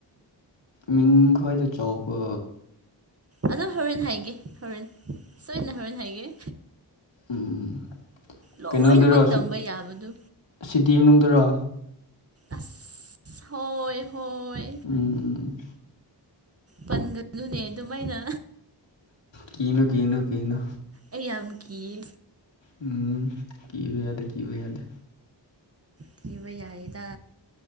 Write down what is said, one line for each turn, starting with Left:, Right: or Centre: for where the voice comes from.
Left: ꯃꯤꯡ ꯈ꯭ꯋꯥꯏꯗꯩ ꯆꯥꯎꯕ
Right: ꯑꯗꯨ ꯍꯣꯔꯦꯟ ꯍꯥꯏꯒꯦ ꯍꯣꯔꯦꯟ ꯁꯣꯏꯗꯅ ꯍꯣꯔꯦꯟ ꯍꯥꯏꯒꯦ
Left: ꯎꯝ ꯎꯝ
Right: ꯂꯣꯏꯅꯃꯛ
Left: ꯀꯩꯅꯣꯗꯨꯔꯣ
Right: ꯇꯝꯕ ꯌꯥꯕꯗꯨ
Left: ꯁꯤꯇꯤ ꯃꯅꯨꯡꯗꯥꯔꯣ
Right: ꯑꯁ ꯍꯣꯏ ꯍꯣꯏ
Left: ꯎꯝ ꯎꯝ
Right: ꯄꯟꯒꯅꯨꯅꯦ ꯑꯗꯨꯃꯥꯏꯅ
Left: ꯀꯤꯅꯨ ꯀꯤꯅꯨ ꯀꯤꯒꯅꯨ
Right: ꯑꯩ ꯌꯥꯝ ꯀꯤꯌꯦ
Left: ꯎꯝ ꯀꯤꯕ ꯌꯥꯗꯦ ꯀꯤꯕ ꯌꯥꯗꯦ
Right: ꯀꯤꯕ ꯌꯥꯏꯌꯦꯗ